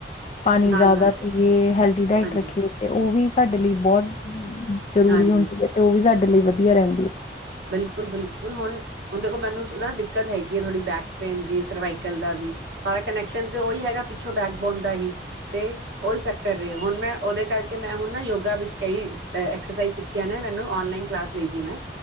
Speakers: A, on the left; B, on the right.
A: ਪਾਣੀ
B: ਨਾਲ
A: ਜ਼ਿਆਦਾ
B: ਨਾਲ
A: ਪੀਏ ਹੈਲਦੀ ਡਾਇਟ
B: ਹਾਂਜੀ
A: ਰੱਖੀਏ ਤੇ ਉਹ ਵੀ ਸਾਡੇ ਲਈ ਬਹੁਤ ਜ਼ਰੂਰੀ
B: ਹਾਂਜੀ
A: ਹੁੰਦੀ ਹੈ ਤੇ ਉਹ ਵੀ ਸਾਡੇ ਲਈ ਵਧੀਆ ਰਹਿੰਦੀ ਹੈ
B: ਬਿਲਕੁਲ ਬਿਲਕੁਲ ਹੁਣ ਹੁਣ ਦੇਖੋ ਮੈਨੂੰ ਨਾ ਹੈਗੀ ਥੋੜੀ ਬੈਕ ਪੇਨ ਦੀ ਸਰਵਾਈਕਲ ਦਾ ਵੀ ਸਾਰਾ ਕਨੈਕਸ਼ਨ ਤੇ ਉਹੀ ਹੈਗਾ ਪਿੱਛੋਂ ਬੈਕ ਬੋਨ ਦਾ ਹੀ ਤੇ ਉਹੀ ਚੱਕਰ ਰਹੇ ਹੁਣ ਮੈਂ ਉਹਦੇ ਕਰਕੇ ਮੈਂ ਹੁਣ ਨਾ ਯੋਗਾ ਵਿੱਚ ਕਈਕਸ ਸਿੱਖੀਆਂ ਨੇ ਮੈਨੂੰ ਨਲਾਈਨ ਕਲਾਸ ਲਈ ਸੀ ਮੈਂ